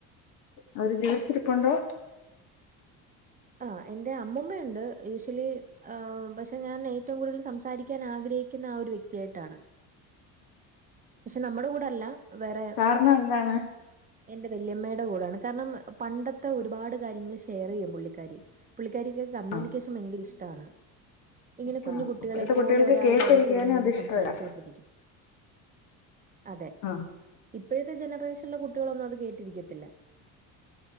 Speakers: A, on the left (about 75°); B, on the right (about 20°).
A: അവര് ജീവിച്ചിരിപ്പുണ്ട്?
B: ആഹ് എന്റെ അമ്മമ്മയുണ്ട് യൂഷ്വലി ഏഹ് പക്ഷെ ഞാൻ ഏറ്റവും കൂട്തെൽ സംസാരിക്കാൻ ആഗ്രഹിക്കിന്നെ ആഹ് ഒരു വ്യക്തിയായിട്ടാണ് പക്ഷെ നമ്മടെ കൂടെ അല്ല വേറെ
A: കാരണം എന്താണ്
B: എന്റെ വല്യമ്മെടെ കൂടെയാണ് കാരണം പണ്ടത്തെ ഒരുപാട് കാര്യങ്ങൾ ഷെയർ ചെയ്യും പുള്ളിക്കാരി പുള്ളിക്കാരിക്ക് കമ്മ്യൂണിക്കേഷൻ
A: ആ
B: ഭയങ്കര ഇഷ്ടാണ് ഇങ്ങനെ
A: ഇഷ്ടമാണ്
B: കുഞ്ഞു കുട്ടികളെ
A: ഇപ്പോഴത്തെ
B: പോലെ
A: കുട്ടികൾക്ക്
B: ഒരാളുടെ
A: കേട്ടിരിക്കാനും
B: അട്ത്ത് ഇര്ന്ന് ഇങ്ങനെ
A: അത് ഇഷ്ടമല്ല
B: സംസാരിച്ചൊണ്ടിരിക്കും അതെ
A: ആ
B: ഇപ്പഴത്തെ ജനറേഷെൻ ഇള്ള കുട്ടികളൊന്നും അത് കേട്ടിരിക്കത്തില്ല